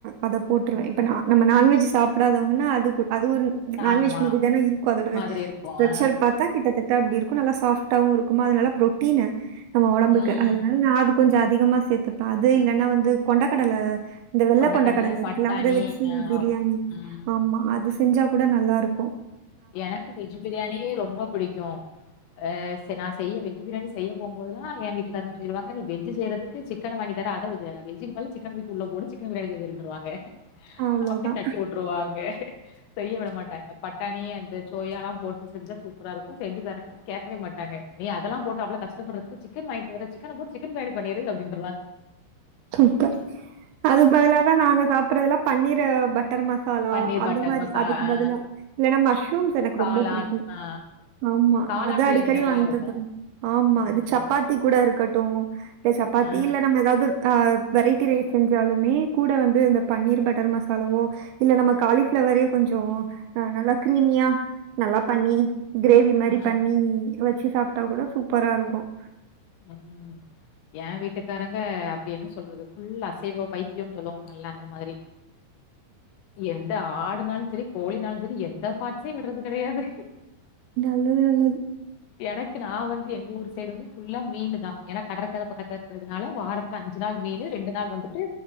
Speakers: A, on the right (about 80°); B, on the left (about 75°).
A: அத போட்ருவே
B: ம்
A: இப்ப நா நம்ம நான்வெஜ் சாப்டாதவுங்குன்னா அதுகூல் அது ஒரு நான்வெஜ்
B: ஆமா
A: மறி தான இருக்கு அதோட
B: மாதிரி இருக்கு
A: ஸ்ட்ரக்சரு
B: ஆ
A: பாத்தா கிட்டத்தட்ட அப்டி இருக் கு நல்லா சாஃப்டாவு இருக்குமா அதுநல்ல ப்ரொட்டீனு நம்ம ஒடம்புக்கு
B: ம்
A: அதுனால நா அதுப் கொஞ்ச அதிகமா சேத்துப்ப அது இல்லன்னா வந்து கொண்ட கடல இந்த வெள்ள
B: கொண்டக்கடல
A: கொண்டகடல இருக்குல
B: பட்டாணி
A: அத வச்சி
B: ஆ
A: பிரியாணி
B: ம்
A: ஆமா அதுஸ் செஞ்சா கூட நல்லாருக்கு
B: எனக்கு வெஜு பிரியாணி ரொம்போ பிடிக்கு அஹ் செர் நா செய்யவில் பிரியாணி செய்ய போம் போதுலா என் வீட்டுகாருதா சொல்லிருவாங்க நீ வெஜ்ஜு செய்றதுக்கு சிக்கன வாங்கி தர அதவுது வெஜ்ஜுக்கு பதிலு சிக்கன தூக்கி உள்ள போடு சிக்கனு பிரியாணி செஞ்சிருன்ருவாங்க
A: அவ்ளோதான்
B: அப்புடி தட்டி உட்ருவாங்க செய்ய விட மாட்டாங்க பட் தனியா சோயாலா போட்டுசெஞ்சா சூப்பரா இருக்கு செஞ்சுதரனா கேட்கவே மாட்டாங்க நீ அதலா போட்டு அவ்ளோ கஷ்டபடுறதுக்கு சிக்கன் வாங்கிட்டு வரேன் சிக்கன போட்டு சிக்கன் பிரியாணி பண்ணிடு அப்டின்
A: சூப்பர் அதுக்கு பதில தான் நாங்க சா அப்புறம் எல்லாம் பன்னீர் பட் கரம் மசாலா
B: பன்னீர்
A: அந்த
B: பட்டர்
A: மாதிரி
B: மசாலா
A: அதுக்கு
B: ஆ
A: பதிலா ஏன்னா மஸ்ரூம்ஸ் எனக்கு
B: காளான்
A: ரொம்ப புடிக்கும்
B: ஆ
A: ஆமா
B: காளான்
A: அத
B: பிரியாணி
A: அடிக்கடி
B: நல்லாருக்கும்.
A: வாங்கி தந்துர்ணும் ஆமா
B: ம்.
A: இந்த சப்பாத்தி கூட கட்டும் <unintelligible>
B: ஆ,
A: நம்ம எதாது ஆஹ் வெரைட்டி ரைஸ் செஞ்சாலுமே கூட வந்து இந்த பன்னீர் பட்டர் மசாலாவோ இல்ல நம்ம காலிஃப்ளவரே கொஞ்சம் அஹ் நல்லா க்ரீமியா நல்லா பண்ணி கிரேவி மாதிரி
B: ஆ,
A: பண்ணி வச்சு சாப்ப ட்டா கூட சூப்பரா இருக்கும்
B: உஹம் ஏன் வீட்டுக்காரங்க அப்படி என்ன சொல்றது ஃபுல் அசைவோ பைத்தியம்னு சொல்லுவாங்கல்ல அந்த மாதிரி எந்த ஆடு னாலும் சரி கோழினாலும் சரி எந்த பாட்சையும் விடுறது கிடையாது
A: நல்லது நல்லது
B: எனக்கு நான் வந்து எங்க ஊர் சைடு வந்து புல்லா மீனு தான் ஏன்னா கடற்கரை பக்கத்துல இருக்கிறதுனால வாரத்துல அஞ்சு நாள் மீனு ரெண்டு நாள் வந்துட்டு